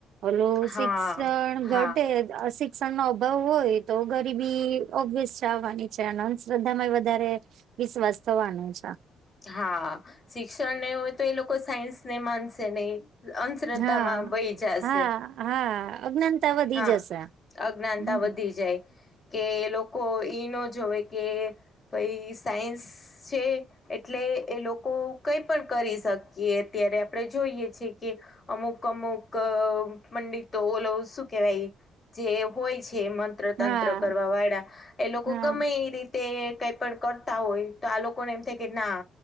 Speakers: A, on the right (about 75°); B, on the left (about 35°).
A: ઓલું
B: હા
A: શિક્ષણ
B: હા
A: ઘટે શિક્ષણ નો અભાવ હોય તો ગરીબી ઓબ્વિયસ છે આવવાની છે અને અંધશ્રદ્ધામાં વધારે વિશ્વાસ થવાનો છે.
B: હા શિક્ષણ નહી હોય તો એ લોકો સાયન્સ ને માનશે નહી. અંધશ્રદ્ધામાં
A: હા
B: વહી જશે
A: હા હા અજ્ઞાનતા વધી
B: હા.
A: જશે
B: અજ્ઞાનતા
A: હમ
B: વધી જાય. કે લોકો ઈ નો જોવે કે ભાઈ સાયન્સ છે. એટલે એ લોકો કઈ પણ કરી શકીએ અત્યારે આપણે જોઈએ છેએ કે અમુક અમુક પંડિતો ઓલો શું કેવાય. જે હોય છે મંત્ર તંત્ર
A: હા
B: કરવા વાળા એ લોકો
A: હા
B: ગમે એ રીતે. તે કઈ પણ કરતા હોય તો આ લોકોને એમ. કે ના